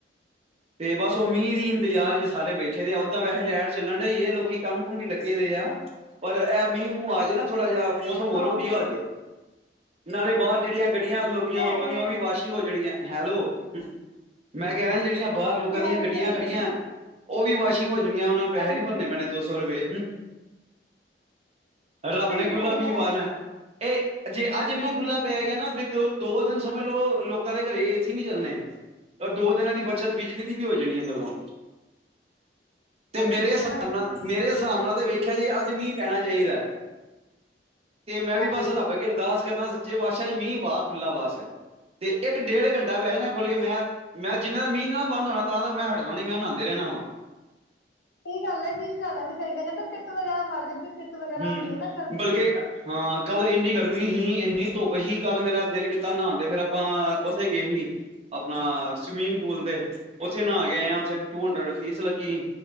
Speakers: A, on the right; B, on the left.
A: ਤੇ ਬਸ ਉਹ ਮੀਂਹ ਦੀ ਇੰਤਜ਼ਾਰ ਚ ਸਾਰੇ ਬੈਠੇ ਦੇ ਓਦਾਂ ਵੈਸੇ ਲਾਈਟ ਚੱਲਣ ਡਈ ਏ, ਇਹ ਲੋਕੀ ਕੰਮ ਓ ਵੀ ਲੱਗੇ ਦਾ ਆ, ਪਰ ਇਹ ਮੀਂਹ ਮੂੰਹ ਆ ਜੇ ਨਾ ਥੋੜਾ ਜਿਹਾ
B: ਹਾਂ
A: ਮੌਸਮ ਹੋਰ ਵਧੀਆ ਹੋ ਜੇ। ਨਾਲੇ ਬਾਹਰ ਜਿਹੜੀਆਂ ਗੱਡੀਆਂ ਖਲੋਤੀਆਂ
B: ਇਹ
A: ਲੋਕਾਂ
B: ਹੈ ਹੀ
A: ਦੀਆਂ
B: ਹੈ
A: ਉਹ ਵੀ ਵਾਸ਼ਿੰਗ ਹੋ ਜਾਣਗੀਆਂ, ਹੈਲੋ? ਮੈਂ ਕਹਿ ਰਿਹਾ ਜਿਹੜੀਆਂ ਬਾਹਰ
B: ਹਾਂਜੀ
A: ਲੋਕਾਂ ਦੀਆਂ
B: ਹਾਂਜੀ
A: ਗੱਡੀਆਂ
B: ਸਹੀ
A: ਖੜੀਆਂ,
B: ਕਹਿ ਰਹੇ ਹੋ
A: ਉਹ ਵੀ ਵਾਸ਼ਿੰਗ ਹੋ ਜਾਣੀਆਂ। ਉਹ ਨੂੰ ਪੈਸੇ
B: ਹਾਂਜੀ
A: ਨੀ ਭੰਨੇ ਪੈਣੇ ਦੋ ਸੌ ਰੁਪਏ।
B: ਸਹੀ
A: ਰੱਬ ਨੇ ਖੁੱਲਾ
B: ਗੱਲ
A: ਮੀਂਹ ਪਾ
B: ਹੈ
A: ਦੇਣਾ, ਇਹ ਜੇ ਅੱਜ ਮੀਂਹ
B: ਹਾਂਜੀ
A: ਖੁੱਲਾ ਕਹਿੰਦਾ ਦ ਦੋ ਦਿਨ ਸਮਝ ਲਓ ਲੋਕਾਂ ਦੇ ਘਰੇ ਏ ਸੀ ਨਹੀਂ ਚੱਲਣੇ, ਦੋ ਦਿਨਾਂ 'ਚ ਬੱਚਤ ਬਿਜਲੀ ਦੀ ਵੀ ਹੋ ਜਾਣੀ ਐ, ਸਗੋਂ। ਤੇ
B: ਹਾਂਜੀ
A: ਮੇਰੇ ਹਿਸਾਬ
B: ਹਾਂਜੀ
A: ਨਾਲ ਮੇਰੇ ਹਿਸਾਬ ਨਾਲ ਤੇ ਵੇਖਿਆ ਜੇ, ਅੱਜ ਮੀਂਹ ਪੈਣਾ ਚਾਹੀਦਾ। ਤੇ ਮੈਂ ਵੀ
B: ਨਹੀਂ
A: ਬੱਸ ਰੱਬ ਅੱਗੇ ਅਰਦਾਸ ਕਰਨਾ, ਸੱ ਚੇ ਪਾਤਸ਼ਾਹ ਜੀ, ਮੀਂਹ ਪਾ ਖੁੱਲਾ ਬਸ ਤੇ ਇੱਕ ਡੇਢ ਘੰਟਾ ਪੈ ਨਾ ਖੁੱਲ ਕੇ, ਮੈਂ ਮੈਂ ਜਿੰਨੇ ਦਾ ਮੀਂਹ ਨਾਲ ਬੰਦ ਹੋਣਾ, ਤਾਂ ਮੈਂ ਹਟਣਾ ਨਹੀਂ ਮੈਂ ਨਾਉਦੇ ਰਹਿਣਾ ਵਾਂ।
B: ਸਹੀ ਗੱਲ ਹੈ, ਮੀਂਹ ਨਾਣਾ ਵੀ ਚਾਹੀਦਾ, ਕਹਿੰਦੇ ਪਿੱਤ ਵਗੈਰਾ ਮਰ ਜਾਂਦੀ ਵੀ, ਪਿੱਤ ਵਗੈਰਾ
A: ਹੂੰ
B: ਹੁੰਦੀ ਐ ਨਾ ਗਰਮੀ
A: ਬਲਕਿ ਹਾਂ, ਕੱਲ ਇੰਨੀ ਗਰਮੀ ਹੀ, ਇੰਨੀ ਧੁੱਪ ਹੀ, ਕੱਲ ਮੇਰਾ ਦਿਲ ਕੀਤਾ ਨਹਾ ਤੇ ਫਿਰ ਆਪਾਂ ਉੱਥੇ ਗਏ ਹੀ ਆਪਣਾ ਸਵੀਮਿੰਗ ਪੂਲ ਦੇ, ਉੱਥੇ ਨਾਂ ਕੇ ਆਏ ਆ ਉੱਥੇ ਟੂ ਹੰਡਰਡ ਫੀਸ ਲੱਗੀ,